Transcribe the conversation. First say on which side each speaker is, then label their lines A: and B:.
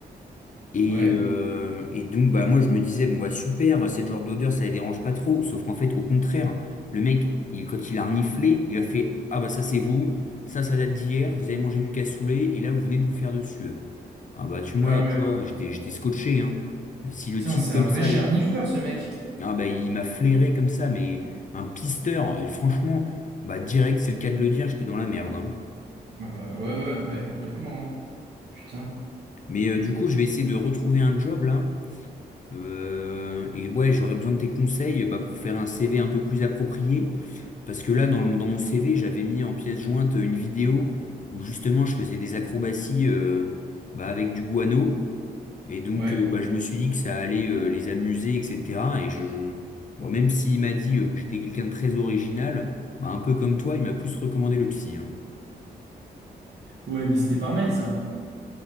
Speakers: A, on the left (about 45°); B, on the right (about 75°).
A: Et,
B: vois. Ouais,
A: euh, et donc, bah, moi, je me disais, bon, bah, super, cette genre d'odeur, ça les dérange pas trop. Sauf qu'en fait, au contraire, le mec, il, quand il a reniflé, il a fait, ah, bah, ça, c'est vous, ça, ça date d'hier, vous avez mangé du cassoulet, et là, vous venez de vous faire dessus. Ah, bah, tu vois,
B: ah
A: tu
B: ouais.
A: vois, j'étais, j'étais scotché, hein. Mais si le
B: Putain,
A: type,
B: c'est
A: comme
B: un vrai
A: ça,
B: charnifleur,
A: il,
B: ce mec.
A: ah, bah, il m'a flairé comme ça, mais un pisteur, et franchement, bah, direct, c'est le cas de le dire, j'étais dans la merde, hein.
B: Ah bah ouais, ouais, bah ouais, complètement. hein. Putain.
A: Mais euh, du
B: Et-
A: coup, je vais essayer de retrouver un job, là. Euh, et ouais, j'aurais besoin de tes conseils bah, pour faire un CV un peu plus approprié. Parce que là, dans, le- dans mon CV, j'avais mis en pièce jointe une vidéo où justement je faisais des acrobaties euh, bah, avec du guano. Et donc,
B: Ouais.
A: euh, bah, je me suis dit que ça allait euh, les amuser, etc. Et je, bon, même s'il m'a dit euh, que j'étais quelqu'un de très original, bah, un peu comme toi, il m'a plus recommandé le psy. hein.
B: Ouais, mais c'était par mail, ça.